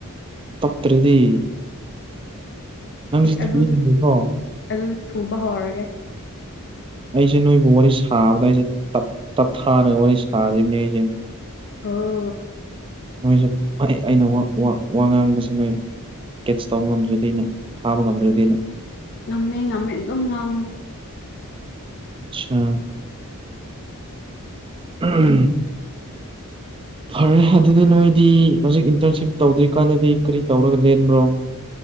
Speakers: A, on the right; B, on the left.
A: ꯇꯞꯇ꯭ꯔꯗꯤ ꯅꯪꯁꯤ
B: ꯑꯦ
A: ꯊꯨꯏꯅꯤꯀꯣ
B: ꯑꯗꯨꯗꯤ ꯑꯗꯨꯗꯤ ꯊꯨꯕ ꯍꯧꯔꯒꯦ
A: ꯑꯩꯁꯦ ꯅꯣꯏꯕꯨ ꯋꯥꯔꯤ ꯁꯥꯕꯗ ꯑꯩꯁꯦ ꯇꯞ ꯇꯞꯊꯥꯔꯒ ꯋꯥꯔꯤ ꯁꯥꯔꯤꯕꯅꯤ ꯑꯩꯁꯦ
B: ꯑꯣ
A: ꯅꯣꯏꯁꯨ ꯑꯩ ꯑꯩꯅ ꯋꯥ ꯋꯥ ꯋꯥ ꯉꯥꯡꯕꯁꯤ ꯅꯣꯏ ꯀꯦꯠꯆ ꯇꯧꯕ ꯉꯝꯗ꯭ꯔꯗꯤꯅ ꯐꯥꯕ ꯉꯝꯗ꯭ꯔꯗꯤꯅ꯫
B: ꯉꯝꯃꯦ ꯉꯝꯃꯦ ꯑꯗꯨꯝ ꯉꯥꯡꯉꯨ꯫
A: ꯑꯠꯆꯥ ꯎꯝ꯫ ꯐꯔꯦ ꯑꯗꯨꯗꯤ ꯅꯣꯏꯗꯤ ꯍꯧꯖꯤꯛ ꯏꯟꯇꯔꯟꯁꯤꯞ ꯇꯧꯗ꯭ꯔꯤꯀꯥꯟꯗꯗꯤ ꯀꯔꯤ ꯇꯧꯔꯒ ꯂꯦꯟꯕ꯭ꯔꯣ꯫